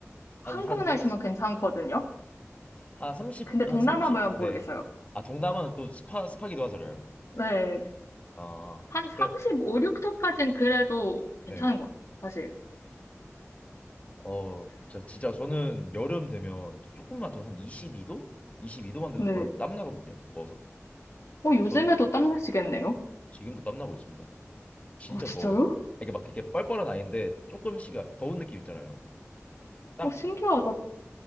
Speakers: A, on the left; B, on the left.
A: 한국
B: 한, 한,
A: 날씨만 괜찮거든요.
B: 한 삼십
A: 근데
B: 한
A: 동남아면
B: 삼십 네.
A: 모르겠어요.
B: 아, 동남아는 또 습하, 습하기도 하잖아요.
A: 네,
B: 아,
A: 한 35,
B: 그럼,
A: 6도까지는 그래도 괜찮은
B: 네.
A: 것 같아요, 사실.
B: 어, 진짜, 진짜 저는 여름 되면 조금만 더 한 22도? 22도만 돼도
A: 네.
B: 바로 땀 나거든요. 더워서.
A: 어, 요즘에도
B: 전
A: 땀 나시겠네요?
B: 지금도 땀나고 있습니다. 진짜
A: 어, 진짜요?
B: 더워요. 아, 이게 막 이게 뻘뻘한 아이인데 조금씩 막 더운 느낌 있잖아요. 딱
A: 오, 신기하다,